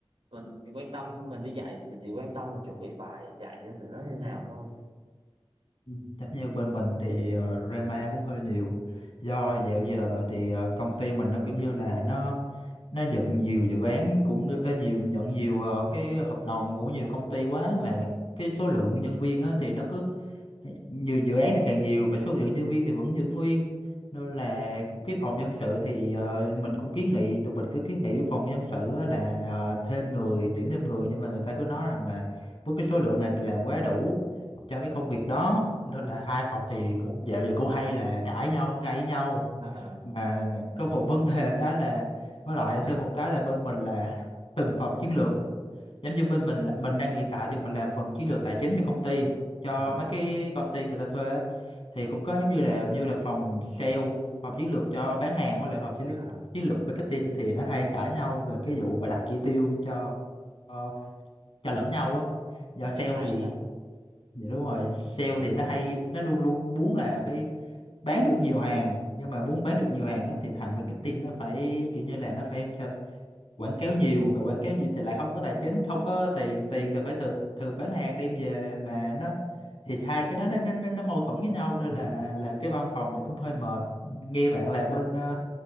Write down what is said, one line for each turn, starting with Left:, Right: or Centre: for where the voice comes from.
Right: mình chỉ quan tâm mình đi dạy thì mình chỉ quan tâm là chuẩn bị bài dạy cho tụi nó như nào thôi
Left: ừ. Chắc như bên mình thì ờ, drama cũng hơi nhiều do dạo giờ thì ờ, công ty mình nó cũng như là nó nó nhận nhiều dự án cũng như ê, nhiều nhận nhiều ờ, cái hợp đồng của nhiều công ty quá mà cái số lượng nhân viên á, thì nó cứ Nhiều dự án thì càng nhiều mà số lượng nhân viên thì vẫn giữ nguyên. Nên là cái phòng nhân sự thì ờ, mình cũng kiến nghị, tụi mình cứ kiến nghị với phòng nhân sự á là ờ, thêm người, tuyển thêm người nhưng mà người ta cứ nói rằng là với cái số lượng này thì làm quá đủ cho cái công việc đó. Nên là hai phòng thì cũng dạo giờ cũng hay là cãi nhau, gây với nhau.
Right: <laughs> Ờ,
Left: Mà có một vấn đề cái là với lại thêm một cái là bên mình là từng phòng chiến lược giống như bên mình là mình đang hiện tại thì mình làm phần chiến lược tài chính cho công ty cho
Right: à, à,
Left: mấy cái công ty người ta thuê á thì cũng có giống như là như là phòng sale phòng chiến lược cho bán hàng với lại phòng chiến lược
Right: à.
Left: chiến lược marketing thì nó hay cãi nhau về cái vụ và đặt chỉ tiêu cho cho, cho lẫn nhau á do sale
Right: căng thẳng
Left: thì
Right: nhỉ
Left: dạ đúng rồi sale
Right: ừ.
Left: thì nó hay nó luôn luôn muốn là phải bán được nhiều hàng nhưng mà muốn bán được nhiều hàng đó thì thằng marketing nó phải kiểu như là nó phải sao quảng cáo nhiều mà quảng cáo nhiều thì lại không có tài chính không có tiền tiền thì phải từ từ bán hàng đem về mà nó thì hai cái đó nó, nó, nó nó mâu thuẫn với nhau nên
Right: Ừ.
Left: là làm cái văn phòng thì cũng hơi mệt nghe bạn là bên ờ,